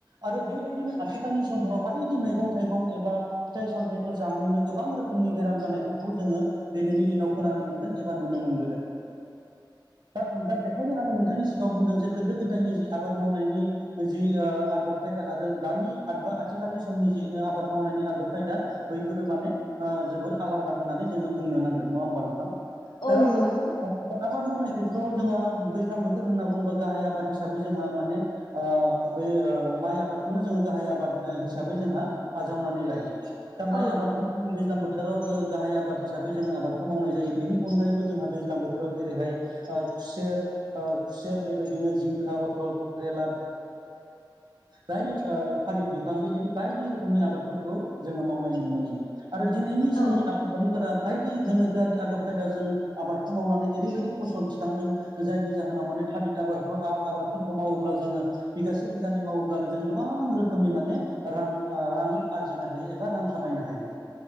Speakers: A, on the right; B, on the left.
A: आरो बेबायदिनो आथिखालनि समफोराव बायदि मैगं थाइगं एबा फिथाइ सामथायाइफोर जानानैनो गोबां रोखोमनि बेराम जानायफोरखौ जोङो दिनैनि दिनाव खोनानो मोनदों एबा नुनो मोनबोदों दा दा बेखायनो आङो नोंथांनि सिगाङाव बुंदों जे गोदो गोदायनि जि आबाद मावनायनि जि आदब खायदा आरो दानिबा आथिखालनि समनि जि आबाद मावनायनि आदब खायदा बैफोरो माने जोबोर आलादा होननानै जोङो बुंनो नांगोन नङा होमबा नोंथां
B: औ
A: दा दा
B: नंगौ नोंथां
A: आबाद मावनाय खेथ्रआव जोंहा दैज्लां बोथोर होनना बुङोबा गाहाय आबाद हिसाबै जोंहा माने बे माइ आबादखौनो जोङो गाहाय आबाद हिसाबै जोंहा आजावनानै लायो दा माइ
B: औ
A: आबादखौ दैज्लां बोथोराव गाहाय आबाद हिसाबै जोङो आबादखौ मावनाय जायो बेनि अनगायैबो जोंहा दैज्लां बोथोराव जेरैहाय खुसेर खुसेर बेबायदिनो जिंखा अथल केेला बाय थालिर बिफां बेबायदि बायदि रोखोम रोखोमनि आबादफोरखौ जोङो मावनाय नुनो मोनो आरो दिनैनि समनि
B: औ
A: आबाद फोरा बायदि गोनोखोआरि आदब खायदाजों आबादखौ मावनानै ओरैबायदि फसल थिखांदों जायनि जाहोनाव माने थालिर आबादबो आबादफोरखौ मावोब्ला जोङो बिगासे बिगानि मावोब्लानो जों गोबां रोखोमनि माने रां रां आरजिनो हायो एबा रां खामायनो हायो